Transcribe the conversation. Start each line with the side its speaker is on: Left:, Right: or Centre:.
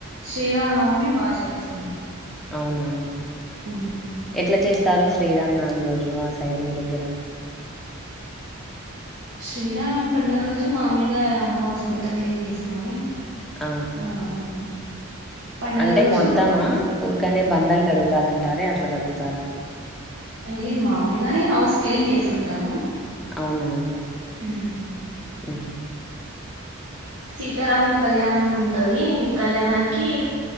Right: శ్రీరామనవమి బాగా జరుగుతుంది.
Centre: అవునా
Right: మ్మ్
Centre: ఎట్లా చేస్త స్తారు శ్రీరామనవమి రోజు ఆ సైడ్ మీ దగ్గర
Right: శ్రీరానమమి పండుగ రోజు మామూలుగా హౌస్ మొత్తం క్లీన్ చేసుకొని
Centre: ఆ
Right: ఆ పండుగ
Centre: అంటే
Right: రోజు
Centre: మొత్తమా ఊరికనే బండలు కడుగు తారంటారే అట్లా కడుగుతారా
Right: లేదు మామూలుగానే హౌస్ క్లీన్ చేసుకుంటాము
Centre: అవునా
Right: ఉమ్
Centre: ఉహు
Right: సీతారాముల కళ్యాణం ఉంటది ఈ కళ్యాణానికి